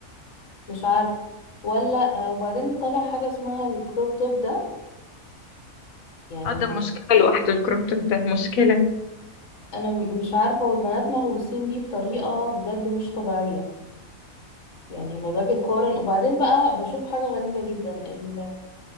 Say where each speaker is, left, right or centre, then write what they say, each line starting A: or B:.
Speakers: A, on the left; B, on the left.
A: مش عارف ولا آه، وبعدين طلع حاجه اسمها الكروب توب ده يعني
B: اه ده مشكله لوحده الكروب توب ده مشكله
A: انا م- مش عارفه والبنات مهووسين بيه بطريقه بجد مش طبيعيه يعني ما باجي اقارن وبعدين بقى بشوف حاجه غريبه جدا ال...